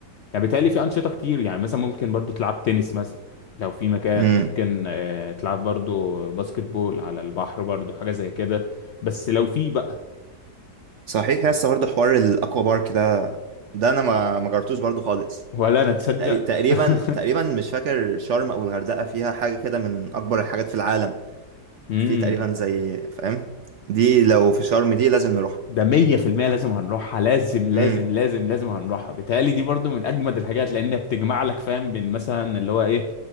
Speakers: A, on the left (about 70°); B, on the right (about 70°).
A: يعني بالتالي في انشطه كتير يعني مثلا ممكن برضو تلعب تنس مثلا لو في مكان
B: امم
A: ممكن آه، تلعب برضو باسكت بول على البحر برضو حاجه زي كده بس لو في بقى
B: صحيح يا اسطى برضه حوار الاكوا بارك ده ده انا ما ما جربتوش برضه خالص
A: ولا انا تصدق
B: تقري- تقريبا
A: <laughs>
B: تقريبا مش فاكر شرم او الغردقه فيها حاجه كده من اكبر الحاجات في العالم
A: امم
B: في تقريبا زي فاهم دي لو في شرم دي لازم نروح
A: ده 100% لازم هنروحها لازم لازم
B: امم
A: لازم لازم هنروحها بيتهيألي دي برضو من اجمد الحاجات لان بتجمع لك فاهم بين مثلا اللي هو ايه